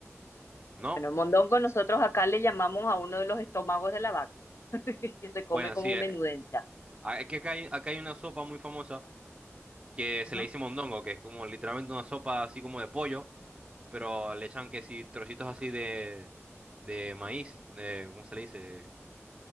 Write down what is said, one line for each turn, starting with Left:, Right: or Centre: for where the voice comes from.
Right: ¿No?
Left: Bueno, el mondongo nosotros acá le llamamos a uno de los estómagos de la vaca, <laughs> que se come
Right: Bueno,
Left: como
Right: sí. eh,
Left: menudencia.
Right: ah, es que acá hay, acá hay una sopa muy famosa. que se
Left: Ajá.
Right: le dice mondongo, que es como literalmente una sopa así como de pollo, pero le echan que si trocitos así de, de maíz, de, ¿cómo se le dice?